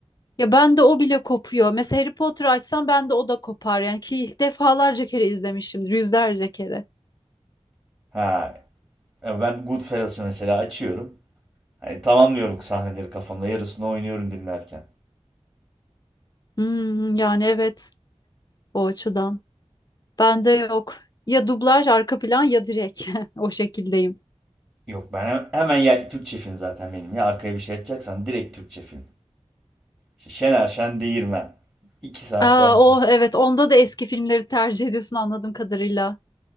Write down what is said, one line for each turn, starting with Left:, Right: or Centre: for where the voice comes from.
Left: Ya ben de o bile kopuyor. Mesela Harry Potter açsam ben de o da kopar yani ki defalarca kere izlemişimdir, yüzlerce kere.
Right: Ha ya ben Goodfellas'ı mesela açıyorum. Hani tamamlıyorum sahneleri kafamda. Yarısını oynuyorum dinlerken.
Left: Hmm, yani evet o açıdan. Bende yok. Ya dublaj arka plan ya direkt <laughs> o şekildeyim.
Right: Yok ben hem- hemen ya Türkçe film zaten benim ya. Arkaya bir şey açacaksan direkt Türkçe film. İşte Şener Şen Değirmen. İki saat
Left: Aa,
Right: dönsün.
Left: o evet onda da eski filmleri tercih ediyorsun anladığım kadarıyla.